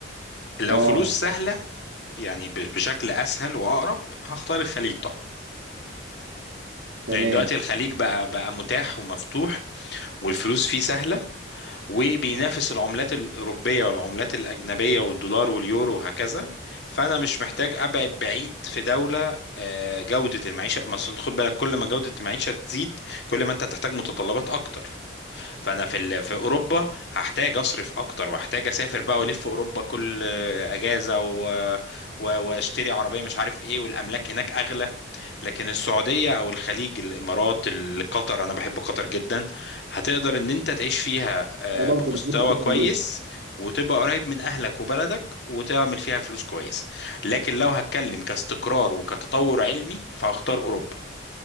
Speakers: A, on the left; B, on the right.
A: لو
B: اه
A: فلوس سهله يعني ب- بشكل اسهل واقرب هختار الخليج طبعا
B: تمام
A: يعني دلوقتي الخليج بقى بقى متاح ومفتوح والفلوس فيه سهله وبينافس العملات الأوروبية والعملات الأجنبية والدولار واليورو وهكذا فأنا مش محتاج أبعد بعيد في دولة آه، جودة المعيشة مثلا خد بالك كل ما جودة المعيشة تزيد كل ما أنت تحتاج متطلبات أكتر فأنا في ال- في أوروبا هحتاج أصرف أكتر وهحتاج أسافر بقى وألف في أوروبا كل آه، أجازة و- و- وأشتري عربية مش عارف إيه والأملاك هناك أغلى لكن السعودية أو الخليج الإمارات ال- قطر أنا بحب قطر جدا هتقدر إن أنت تعيش فيها آه،
B: انا برضو
A: بمستوى
B: بحب كتر
A: كويس
B: جدا
A: وتبقى قريب من أهلك وبلدك وتعمل فيها فلوس كويسة لكن لو هتكلم كاستقرار وكتطور علمي فهختار أوروبا